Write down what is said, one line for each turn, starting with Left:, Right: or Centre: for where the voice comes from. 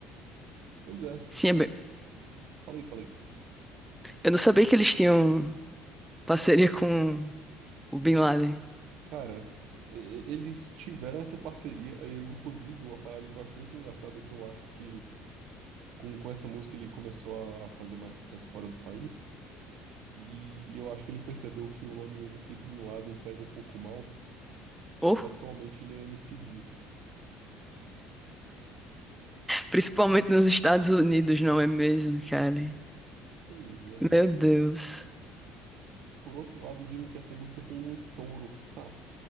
Right: Pois é.
Centre: sim,
Right: Tipo.
Centre: é bem...
Right: Falei, falei.
Centre: Eu não sabia que eles tinham parceria com o Bin Laden.
Right: Cara, e- e- eles tiveram essa parceria. aí Eu, inclusive, uma parada que eu acho muito engraçada é que eu acho que com, com essa música ele começou a fazer mais sucesso fora do país. E eu acho que ele percebeu que o nome MC Bin Laden pega um pouco mal,
Centre: Oh,
Right: e atualmente ele é MC Bin.
Centre: principalmente nos Estados Unidos, não é mesmo, cara?
Right: Pois é.
Centre: Meu Deus.
Right: Por outro lado, dizem que essa música foi um estouro. Ha.